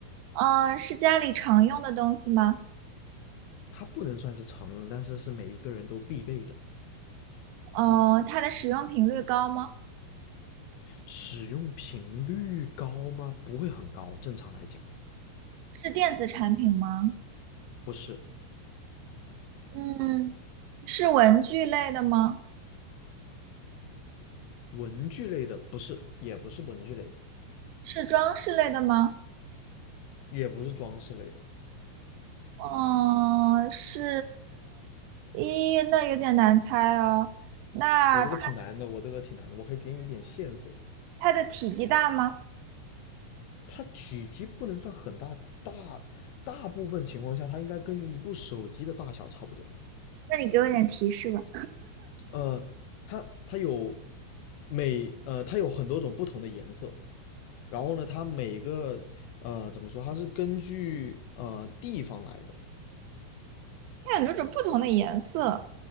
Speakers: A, on the right; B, on the left.
A: 嗯、是家里常用的东西吗？
B: 它不能算是常用，但是是每一个人都必备的。
A: 嗯、它的使用频率高吗？
B: 使用频率高吗？不会很高，正常来讲，
A: 是电子产品吗？
B: 不是
A: 嗯，是文具类的吗？
B: 文具类的，不是，也不是文具类的，
A: 是装饰类的吗？
B: 也不是装饰类的。
A: 嗯、是，咦，那有点难猜哦。那它
B: 我这个挺难的，我这个挺难的，我可以给你一点线索。
A: 它的体积大吗？
B: 它体积不能算很大，大大部分情况下它应该跟一部手机的大小差不多。
A: 那你给我点提示吧。
B: 呃，它它有每呃它有很多种不同的颜色，然后呢，它每个呃怎么说，它是根据呃地方来的。
A: 它有很多种不同的颜色，